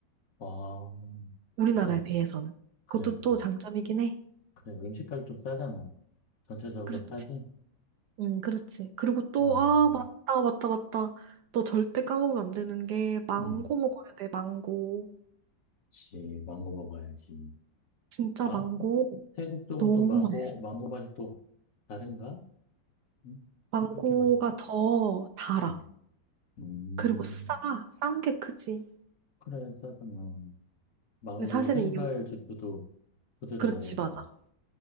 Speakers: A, on the left (about 55°); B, on the right (about 70°).
A: 와,
B: 우리나라에
A: 그래,
B: 비해서는.
A: 그래,
B: 그것도
A: 그래.
B: 또 장점이긴 해.
A: 그래, 음식값 좀 싸잖아. 전체적으로
B: 그렇지.
A: 싸지?
B: 응 그렇지. 그리고 또,
A: 어,
B: 아, 맞다, 맞다, 맞다. 너 절대 까먹으면 안 되는 게, 망고
A: 음,
B: 먹어야 돼, 망고.
A: 그치. 망고 먹어야지.
B: 진짜
A: 마,
B: 망고.
A: 태국 쪽은
B: 너무
A: 또 망고,
B: 맛있어.
A: 망고 맛이 또 다른가? 응?
B: 망고가
A: 그렇게 맛있,
B: 더 달아.
A: 음, 음,
B: 그리고 싸. 싼 게 크지.
A: 그래, 싸잖아. 망고
B: 근데 사실은
A: 생과일
B: 이건,
A: 주스도 그대로
B: 그렇지,
A: 먹어도
B: 맞아.
A: 맛있어.